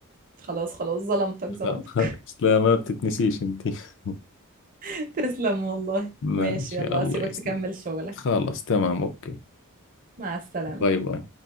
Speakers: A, on the right; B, on the left.
A: خلاص خلاص ظلمتك
B: <laughs>
A: ظلمتك
B: لا خلاص لا ما بتتنسيش أنت <laughs>
A: <laughs> تسلم والله
B: ماشي
A: ماشي يلا
B: الله
A: اسيبك
B: يسلمك
A: تكمل شغلك
B: خلاص تمام أوكي
A: مع السلامة
B: باي باي